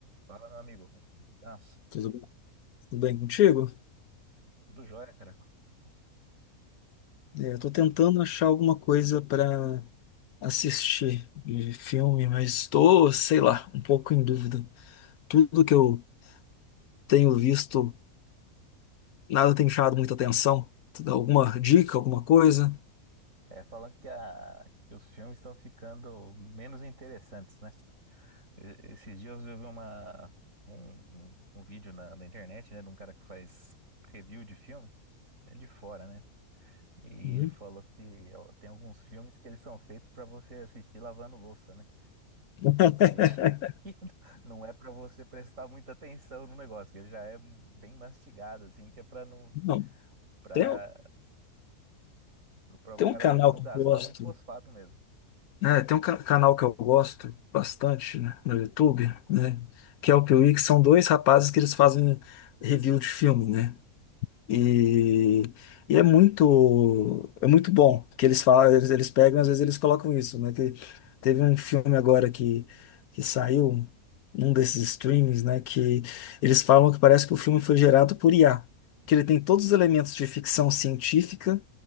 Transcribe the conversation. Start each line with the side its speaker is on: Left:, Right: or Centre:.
Right: Fala, meu amigo, como é que você tá?
Left: Tudo bem tudo bem contigo?
Right: Tudo jóia, cara. Quanto tempo?
Left: É, eu
Right: Como-
Left: tô tentando achar alguma coisa para assistir de filme, mas estou, sei lá, um pouco em dúvida. Tudo que eu tenho visto, nada tem chamado muita atenção. Tu dá Alguma dica, alguma coisa?
Right: É, falando que, a- que os filmes estão ficando menos interessantes, né? E- Esses dias eu vi uma, um, um um vídeo na, na internet, né, de um cara que faz review de filme, é de fora, né? E
Left: Uhum.
Right: ele falou que ó, tem alguns filmes que eles são feitos pra você assistir lavando louça, né?
Left: <laughs>
Right: E <laughs> não é pra você prestar muita atenção no negócio, que ele já é bem mastigado, assim, que é pra não,
Left: Não,
Right: para
Left: tem, um-
Right: o
Left: tem
Right: cara
Left: um canal
Right: não, não
Left: que
Right: gastar
Left: eu gosto.
Right: muito fosfato mesmo.
Left: É, tem um ca- canal que eu gosto bastante, né, no YouTube, né? Que é o Piuí, que são dois rapazes que eles fazem review de filme, né? E, e é muito é muito bom que eles falam, eles, eles pegam, às vezes eles colocam isso, né? Que teve um filme agora que, que saiu, num desses streams, né? Que eles falam que parece que o filme foi gerado por IA, que ele tem todos os elementos de ficção científica,